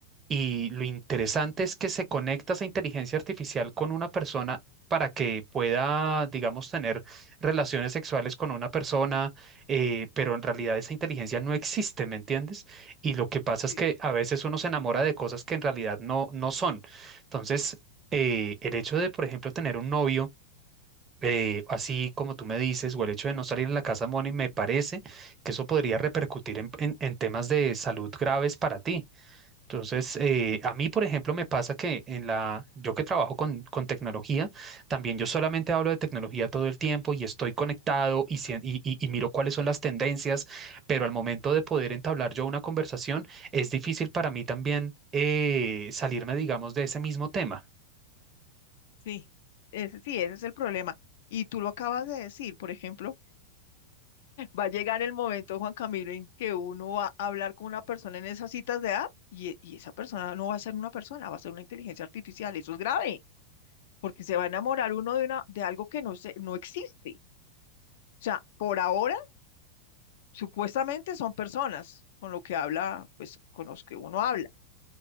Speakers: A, on the right (about 25°); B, on the left (about 55°).
A: y lo interesante es que se conecta esa inteligencia artificial con una persona para que pueda, digamos, tener relaciones sexuales con una persona, eh, pero en realidad esa inteligencia no existe, ¿me entiendes? Y lo que pasa es
B: Sí.
A: que a veces uno se enamora de cosas que en realidad no, no son. Entonces, eh, el hecho de, por ejemplo, tener un novio, eh, así como tú me dices, o el hecho de no salir de la casa, Moni, me parece que eso podría repercutir en en- en temas de salud graves para ti. Entonces, eh, a mí, por ejemplo, me pasa que en la, yo que trabajo con, con tecnología, también yo solamente hablo de tecnología todo el tiempo y estoy conectado y, sien- y, y- y miro cuáles son las tendencias, pero al momento de poder entablar yo una conversación, es difícil para mí también eh, salirme, digamos, de ese mismo tema.
B: Sí, ese, sí, ese es el problema. Y tú lo acabas de decir, por ejemplo, va a llegar el momento, Juan Camilo, en que uno va a hablar con una persona en esas citas de app y, e- y esa persona no va a ser una persona, va a ser una inteligencia artificial. Eso es grave, porque se va a enamorar uno de, una, de algo que no, se, no existe. O sea, por ahora, supuestamente son personas con lo que habla, pues con los que uno habla,